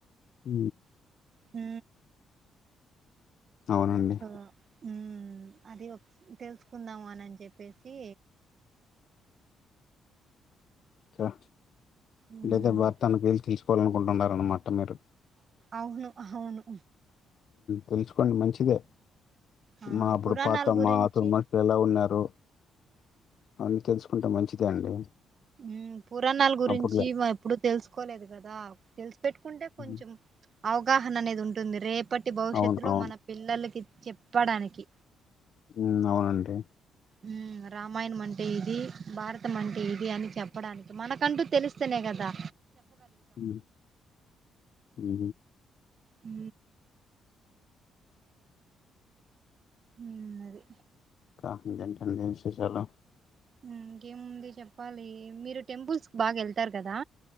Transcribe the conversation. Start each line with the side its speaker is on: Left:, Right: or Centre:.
Left: ఊ
Right: ఊ
Left: అవునండి.
Right: సో ఊ అది ఓక్ తెలుసుకుందాం అనని చెప్పేసి
Left: చ
Right: ఉమ్
Left: లేతే భర్తానుక తెలుసు కోలనుంటున్నారన్న మాట మీరు
Right: అవును హవును
Left: తెల్సుకొండి మంచిదే
Right: ఆ
Left: మా అప్పుడు
Right: పురాణాల
Left: పాతమ్
Right: గురించి
Left: మా అతడు మనుషులు ఎలా ఉన్నారు అన్ని తెలుసుకుంటే మంచిదే అండి
Right: ఊ పురాణాల గురించి
Left: అప్పుడులే.
Right: ఈమె ఎప్పుడుూ తెలుసుకోలేదు గదా తెలిసి పెట్టుకుంటే
Left: హ్మ్.
Right: కొంచెం అవగాహన అనేది ఉంటుంది రేప్ ప్పటి భవిష్యత్తు
Left: అవును.
Right: లో
Left: అవును.
Right: మన పిల్లలకి చెప్పడానికి
Left: హ్మ్ అవునండి
Right: ఉ రామాయణం అంటే ఇది భారతం అంటే ఇది అని చెప్పడానికి మనకంటూ తెలుస్తేనే గదా
Left: ఊ ఉ
Right: ఊ ఊ అది
Left: కా దిన ఠం దన్ స చాల
Right: ఊ ఇంకేముంది చెప్పాలి మీరు టెంపుల్స్ బాగెళ్తారు కదా